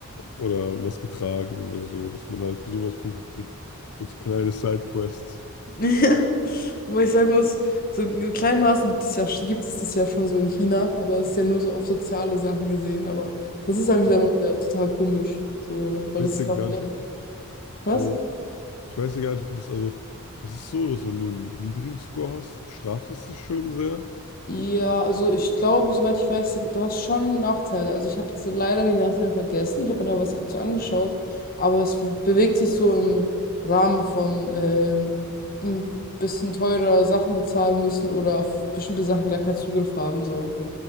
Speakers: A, on the left (about 80°); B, on the left (about 40°).
A: oder was getragen oder so, dass man halt für sowas Punkte kriegt. So kleine Sidequests.
B: <laughs> Ja. Wobei ich sagen muss, so in kleinen Maßen gibt es ja, gibt es das ja schon so in China, aber es ist ja nur so auf soziale Sachen gesehen, aber das ist dann wiederum
A: Ja.
B: wieder total komisch. So, weil
A: Ich
B: das
A: weiß
B: ist
A: ja gar
B: auch eher.
A: nicht, ob, das,
B: Was?
A: also ich weiß ja gar nicht, wie das, also es ist so, dass wenn du einen niedrigen Score hast, bestraft es dich schon sehr.
B: Ja, also ich glaube, soweit ich weiß, du hast schon Nachteile. Also ich habe jetzt leider die Nachteile vergessen. Ich habe mir da was dazu angeschaut, aber es bewegt sich so im Rahmen von ähm, ein bisschen teurer Sachen bezahlen müssen oder auf bestimmte Sachen gar keinen Zugriff haben. So.